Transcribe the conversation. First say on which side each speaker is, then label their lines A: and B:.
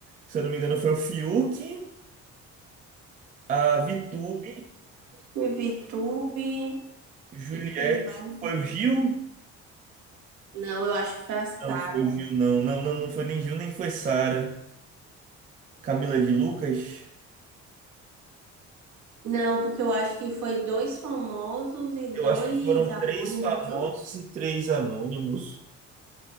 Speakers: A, on the right; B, on the right.
A: se eu não me engano, foi o Fiuk, a Vitube,
B: Teve Vitube
A: Juliette.
B: e quem mais?
A: Foi o Gil?
B: Não, eu acho que foi a Sara.
A: Não, foi o Gil, não. Não, não, não foi nem Gil, nem foi Sara. Camila de Lucas.
B: Não, porque eu acho que foi dois famosos e
A: Eu
B: dois
A: acho que foram
B: anônimos,
A: três famosos
B: não?
A: e três anônimos.